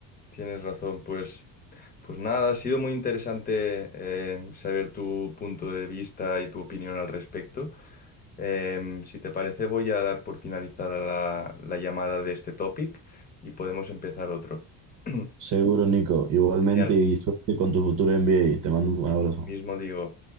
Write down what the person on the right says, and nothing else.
Seguro, Nico. Igualmente
y suerte con tu futuro MBA. Te mando un abrazo.